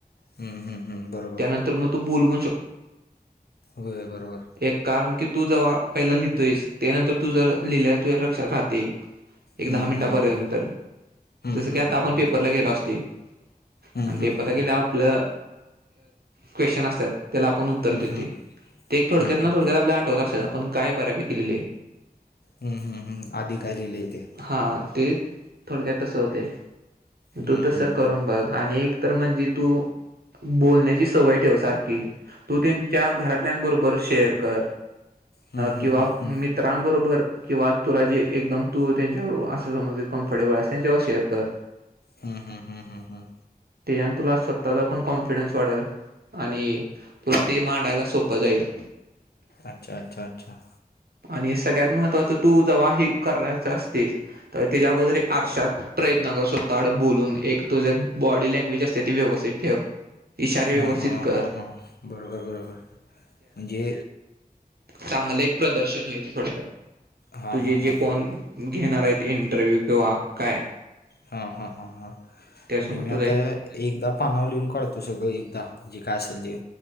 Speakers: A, on the left; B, on the right.
A: हम्म, हम्म, हम्म. बरोबर
B: त्यानंतर मग तू ब
A: होय बरोबर
B: एक कारण की तू जेव्हा पहिला लिहोस ते नंतर. तू जर लिहिलं तू या लक्षात राहते. एक
A: हम्म,
B: दहा मिनिटापर्यंतर
A: हम्म, हम्म. हम्म,
B: जसं की
A: हम्म,
B: आता
A: हम्म,
B: आपण पेपरला
A: हम्म.
B: गेलो असते.
A: हम्म,
B: आणि
A: हम्म,
B: पेपरला
A: हम्म.
B: गेल्या आपलं क्वेश्चन असतात. त्याला आपण उत्तर
A: हम्म हम्म
B: देतोय ते एक थोडक्यात
A: हम्म
B: ना थोडक्यात आपल्या आठवत असेल आप आपण काय बऱ्यापैकी लिलय.
A: हम्म हम्म हम्म आधी काय लिहिलंय ते.
B: हा ते थोडक्यात तसं होते
A: हम्म
B: तो तसं
A: हम्म
B: करून बघ आणि तर म्हणजे तू बोलण्याची सवय ठेव सारखी तू ते च्या घरातल्यांबरोबर शेअर कर
A: हम्म हम्म
B: किंवा
A: हम्म हम्म
B: मित्रांबरोबर. किंवा तुला जे एकदम तू त्यांच्यावर असं समज कम्फर्टेबल अस त्यांच्यावर शेअर कर.
A: हम्म हम्म हम्म हम्मम्म.
B: तेच्यान तुला स्वतःचा पण कॉन्फिडन्स वाढल. आणि तुला ते मांडायला सोपं जाईल.
A: अच्छा अच्छा अच्छा.
B: आणि सगळ्यात महत्त्वाच तू जेव्हा हे करायचं असतेस तर त्याच्या अगोदर आरशात प्रयत्न कर स्वतः कड बोलून एक तुझे एक बॉडी लँग्वेज असते ती व्यवस्थित ठेव. इशारे व्यवस्थित
A: हा हा
B: कर
A: हा हा बरोबर बरोबर म्हणजे
B: चांगले एक प्रदर्शन होईल थोडक्यात
A: हां
B: तुझे
A: हां
B: जे
A: हां
B: कोण घेणार आहेत. इंटरव्यू तवा काय?
A: हा हा हा हा. म्हणजे
B: त्यासमोर
A: मी
B: तुझा
A: आता
B: एक
A: एकदा पानावर लिहून काढतो सगळं एकदा जे काय असेल ते.